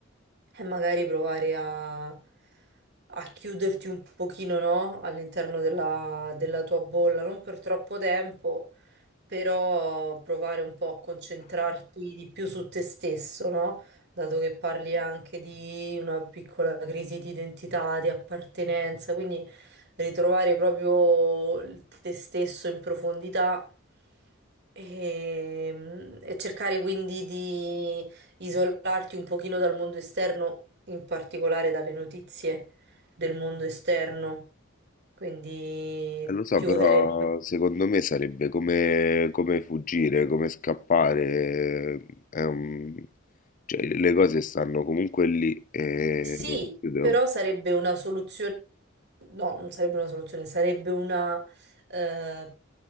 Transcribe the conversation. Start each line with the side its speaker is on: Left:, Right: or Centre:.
Right: e magari provare a, a chiuderti un pochino, no? All'interno della, della tua bolla, non per troppo tempo, però provare un po' a concentrarti di più su te stesso, no? Dato che parli anche di una piccola crisi di identità, di appartenenza, quindi ritrovare proprio il te stesso in profondità. E, e cercare quindi di isolarti un pochino dal mondo esterno, in particolare dalle notizie del mondo esterno, quindi
Left: eh, lo so,
Right: chiudere.
Left: però secondo me sarebbe come, come fuggire, come scappare, è un- cioè, le cose stanno comunque lì e
Right: Sì,
Left: io devo,
Right: però sarebbe una soluzione, no, non sarebbe una soluzione, sarebbe una, eh,